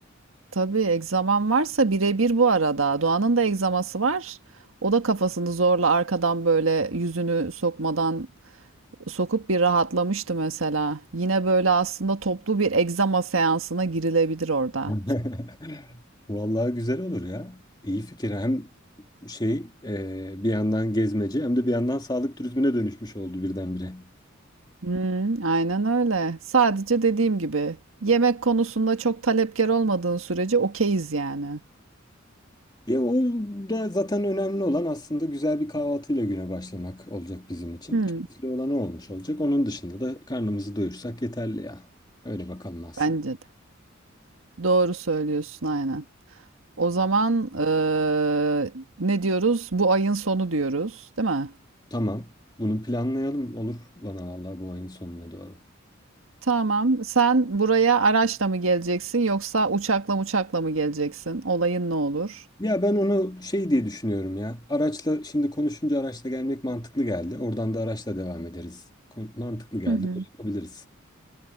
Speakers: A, on the right; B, on the left.
A: tabii egzaman varsa birebir bu arada. Doğan'ın da egzaması var. O da kafasını zorla arkadan böyle yüzünü sokmadan sokup bir rahatlamıştı mesela. Yine böyle aslında toplu bir egzama seansına girilebilir orada.
B: <laughs> Vallahi güzel olur ya. İyi fikir. Hem şey e, bir yandan gezmece hem de bir yandan sağlık turizmine dönüşmüş oldu birdenbire.
A: Hmm, aynen öyle. Sadece dediğim gibi yemek konusunda çok talepkar olmadığın sürece okeyiz yani.
B: Ya o da zaten önemli olan aslında güzel bir kahvaltıyla güne başlamak olacak bizim için.
A: Hmm,
B: Keyifli olan o olmuş olacak. Onun dışında da karnımızı doyursak yeterli ya. Öyle bakalım aslında.
A: bence de. Doğru söylüyorsun aynen. O zaman eee, ne diyoruz? Bu ayın sonu diyoruz, değil mi?
B: Tamam. Bunu planlayalım. Olur bana vallahi bu ayın sonuna doğru.
A: Tamam. Sen buraya araçla mı geleceksin yoksa uçakla uçakla mı geleceksin? Olayın ne olur?
B: Ya ben onu şey diye düşünüyorum ya. Araçla şimdi konuşunca araçla gelmek mantıklı geldi. Oradan da araçla devam ederiz. Kon- Mantıklı geldi.
A: Hı hı.
B: böyle yapabiliriz. <laughs>